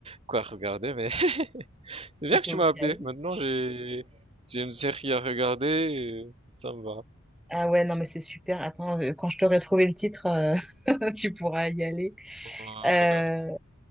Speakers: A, on the right; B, in the centre.
A: quoi regarder, mais <laughs> c'est
B: c'était
A: bien que tu
B: au
A: m'as
B: cas
A: appelé.
B: où.
A: Maintenant, j'ai, j'ai une série à regarder, et ça me va.
B: Ah ouais, non, mais c'est super. Attends, euh, quand je t'aurai trouvé le titre, euh, <laughs> tu pourras y aller.
A: Ouais.
B: Euh,